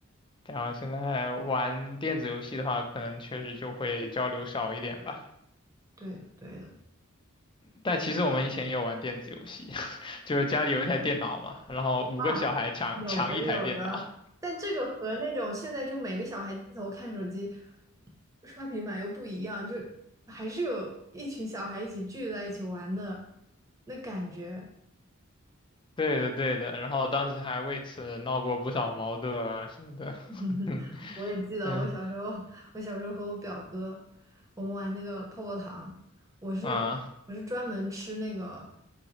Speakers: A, on the left; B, on the right.
A: 然后现在玩电子游戏的话，可能确实就会交流少一点吧。
B: 对的，对的。
A: 但其实我们以前也有玩电子游戏，<laughs> 就是家里有一台电脑嘛，然后五个小孩抢抢一台电脑。
B: 啊，有的有的，但这个和那种现在就每个小孩低头看手机、刷平板又不一样，就还是有一群小孩一起聚在一起玩的那感觉。
A: 对的，对的。然后当时还为此闹过不少矛盾啊什么的。<laughs>
B: <laughs>
A: 嗯
B: 我也记得我小时候，
A: 嗯
B: 我小时候和我表哥，我们玩那个泡泡糖，我是我是专门吃那个
A: 啊